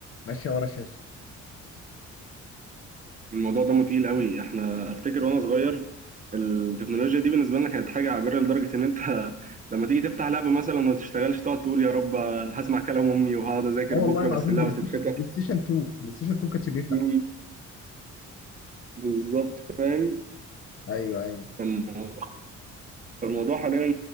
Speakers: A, on the left; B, on the right.
A: ماشيه ورا الشاشه
B: الموضوع دمه تقيل قوي احنا افتكر وانا صغير التكنولوجيا دي بالنسبه لنا كانت حاجه عابره لدرجه ان انت <laughs> لما تيجي تفتح لعبه مثلا وما تشتغلش تقعد تقول يا رب هسمع كلام امي وهقعد اذاكر
A: اه والله
B: بكره
A: العظيم
B: بس اللعبه
A: بلاي ستيشن
B: تتفتح
A: بلاي ستيشن 2 بلاي ستيشن 2 كانش بيفتح
B: مم، بالظبط فاهم
A: ايوه ايوه
B: الموضوع الموضوع حاليا